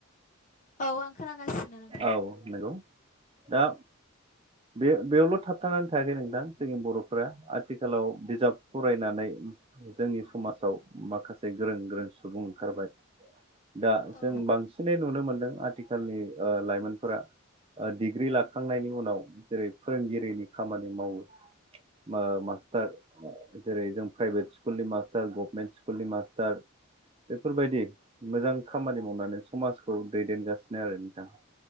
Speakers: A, on the left; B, on the right.
A: औ आं खोनागासिनो नोंथां
B: औ नंगौ दा बे बेयावल' थाबथानानै थायाखै नोंथां जोंनि बर'फोरा आथिखालाव बिजाब फरायनानै जोंनि समाजाव माखासे गोरों गोरों सुबुं ओंखारबाय दा
A: औ
B: जों बांसिनै नुनो मोनदों आथिखालनि लाइमोनफोरा डिग्रि लाखांनायनि उनाव जेरै फोरोंगिरिनि खामानि मावो ओ मास्टार ओ जेरै जों प्राइभेट स्कुलनि मास्टार गभमेन्ट स्कुलनि मास्टार बेफोरबायदि मोजां खामानि मावनानै समाजखौ दैदेनगासिनो आरो